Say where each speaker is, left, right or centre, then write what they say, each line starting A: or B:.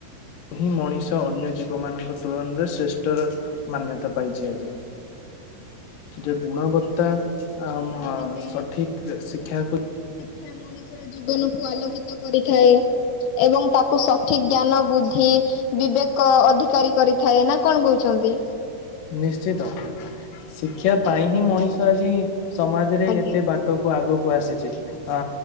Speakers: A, on the left; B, on the left.
A: ଏହି ମଣିଷ ଅନ୍ୟ ଜୀବମାନଙ୍କ ତୁଳନାରେ ଶ୍ରେଷ୍ଠର ମାନ୍ୟତା ପାଇଛି ଆଜି। ଯେ ଗୁଣବତ୍ତା ଆ ମ
B: ଏବେ
A: ସଠିକ ଶିକ୍ଷାକୁ
B: ଖିଆ ମଣିଷ ଷ ର ଜୀବନକୁ ଆଲୋକିତ କରିଥାଏ ଏବଂ ତାକୁ ସଠିକ ଜ୍ଞାନ ବୁଦ୍ଧି ବିବେକ ଅଧିକାରୀ କରିଥାଏ। ନା କଣ କହୁଛନ୍ତି?
A: ନିଶ୍ଚିତ, ଶିକ୍ଷା ପାଇଁ ହିଁ ମଣିଷ ଆଜି ସମାଜରେ
B: ଆଜ୍ଞା
A: ଏତେ ବାଟ ଟ କୁ ଆଗକୁ ଆସିଛି ଅ